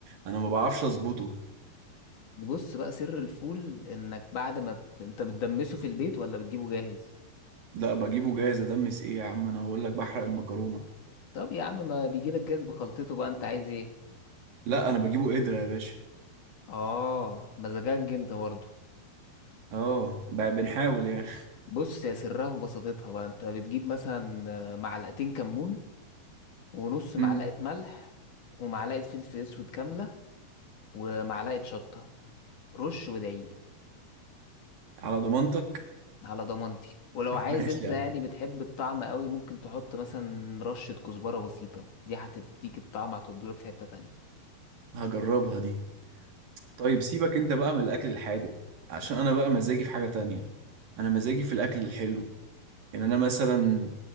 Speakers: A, on the right; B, on the left.
A: انا ما بعرفش اظبطه
B: بص بقى سر الفول انك بعد ما ت- انت بتدمسه في البيت ولا بتجيبه جاهز
A: لا بجيبه جاهز ادمس ايه يا عم انا بقول لك بحرق المكرونة
B: طب يا عم ما بيجيلك جاز بخلطته بقى انت عايز ايه
A: لا انا بجيبه قدرة يا باشا
B: اه مزاجك انت برضه
A: اه ب- بنحاول يعني
B: بص يا سرها في بساطتها بقى انت بتجيب مثلا آه، معلقتين كمون ونص معلقة
A: امم
B: ملح ومعلقة فلفل اسود كاملة ومعلقة شطة رش وادعيلي
A: على ضمانتك
B: على ضمانتي ولو
A: <laughs>
B: عايز
A: ماشي
B: انت
A: يا
B: يعني
A: عم
B: بتحب الطعم قوي ممكن تحط مثلا رشة كزبرة بسيطة دي هتديك الطعم هتودولك في حتة تانية
A: هجربها دي طيب سيبك انت بقى من الاكل الحادق عشان انا بقى مزاجي في حاجة تانية انا مزاجي في الاكل الحلو يعني انا مثلا